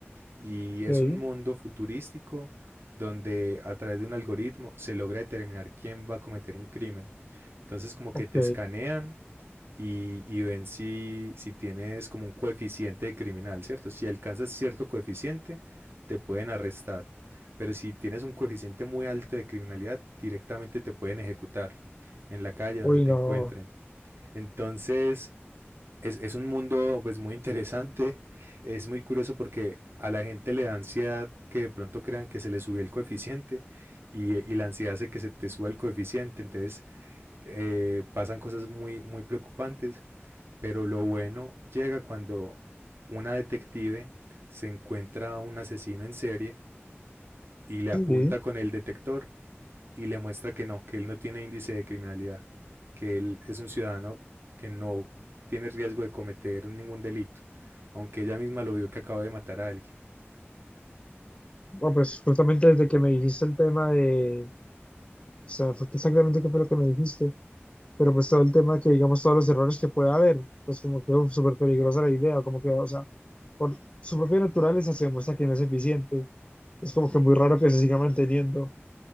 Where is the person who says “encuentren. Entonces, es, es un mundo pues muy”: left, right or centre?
Right